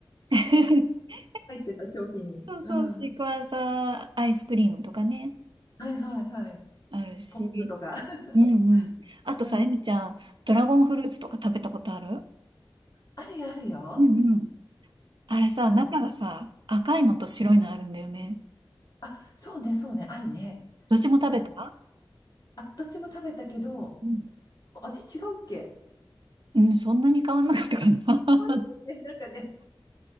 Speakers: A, on the right; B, on the left.
A: <laughs>
B: 入ってた商品に。
A: そうそう、
B: うん。
A: シークワーサーアイスクリームとかね、
B: はいはいはい。
A: あるし。
B: ポップとか。<laughs>
A: うんうん。あとさ、
B: うん。
A: えみちゃん、ドラゴンフルーツとか食べたことある
B: あるよあるよ。
A: うんうん。あれさ、
B: あの、
A: 中がさ、赤いのと白いのあるんだよね。
B: あ、そうねそうね、あるね。
A: どっちも食べた
B: あ、あどっちも食べたけど、
A: うん。
B: 味違うっけ。
A: うん、そんなに変わんなかったかな。
B: まあなんかね、
A: <laughs>
B: なんかね。